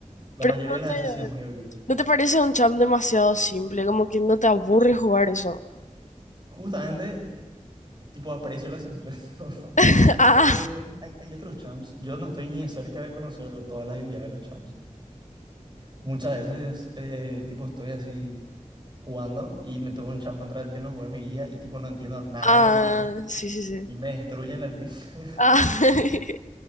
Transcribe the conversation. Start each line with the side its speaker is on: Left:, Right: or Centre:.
Right: la
Left: Pero
Right: mayoría
Left: no
Right: de las veces sí es muy
Left: te,
Right: divertido.
Left: ¿no te parece un champ demasiado simple? Como que no te aburre jugar eso.
Right: Justamente, tipo, aprecio la simpleza. <laughs>
Left: <laughs> Ah,
Right: Porque después hay, hay otros champs. Yo no estoy ni de cerca de conocer todas las habilidades de los champs. Muchas veces, eh, tipo, estoy así. jugando y me tocó un champ contra el que no jugué en mi vida y tipo no entiendo nada
Left: Ah,
Right: de lo que hace
Left: sí, sí, sí.
Right: y me destruyen la línea. <laughs>
Left: Ah, <laughs>